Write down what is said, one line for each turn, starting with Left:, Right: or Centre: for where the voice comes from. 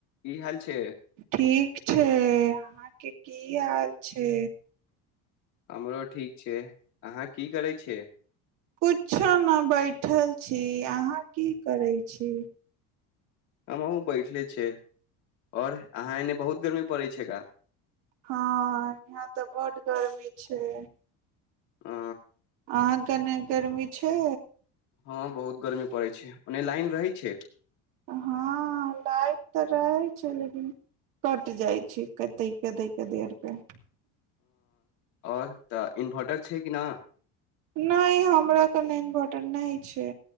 Left: की हाल छै
Right: ठीक छै के की हाल छै
Left: हमरो ठीक छै अहाँ की करय छियै
Right: किछो नहि बैठल छी अहाँ की करैत छी
Left: हमहुँ बैठले छै और अहाँ एने बहुत गर्मी पड़े छै पछि का
Right: हँ यहाँ तऽ बड गर्मी छै
Left: ह
Right: अहाँ कने गर्मी छै
Left: हँ बहुत गर्मी पड़ैत छै ओने लाइन रहैत छै
Right: हँ लाइट तऽ रहैत छै लेकिन कटि जाइत छै कतहि क दैके देरकेे
Left: आओर तऽ इन्भर्टर छै कि नहि
Right: नहि हमरा कनि इन्वर्टर नहि छै